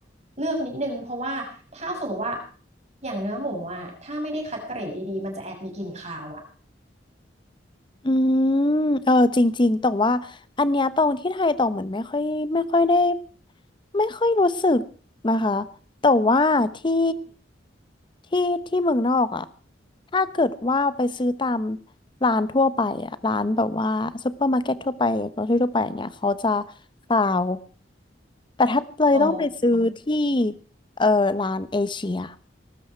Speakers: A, on the right; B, on the left.
A: เลือกนิดนึงเพราะว่าถ้าสมมติว่าอย่างเนื้อหมูอ่ะถ้าไม่ได้คัดเกรดดีๆมันจะแอบมีกลิ่นคาวอ่ะ
B: อืมเออจริงๆแต่ว่าอันเนี้ยตรงที่ไทยตรงเหมือนไม่ค่อยไม่ค่อยได้ไม่ค่อยรู้สึกนะคะแต่ว่าที่ที่ที่เมืองนอกอ่ะถ้าเกิดว่าไปซื้อตามร้านทั่วไปอ่ะร้านแบบว่าซูเปอร์มาร์เก็ตทั่วไปก็ทั่วไปอย่างเงี้ยเขาจะกล่าวแต่ถ้าเลยต้องไปซื้อที่
A: อ๋อ
B: เออร้านเอเชีย